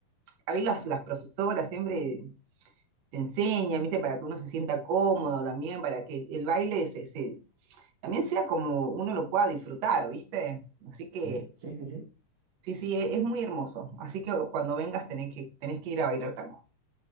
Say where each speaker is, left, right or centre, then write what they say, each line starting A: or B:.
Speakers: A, on the right; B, on the right.
A: a mí las, las profesoras siempre te enseñan, ¿viste? Para que uno se sienta cómodo también, para que el baile se, se- también sea como uno lo pueda disfrutar, ¿viste? Así que,
B: ¿Eh? Sí, sí, sí.
A: sí, sí, e- es, muy hermoso. Así que cuando vengas tenés que, tenés que ir a bailar tango.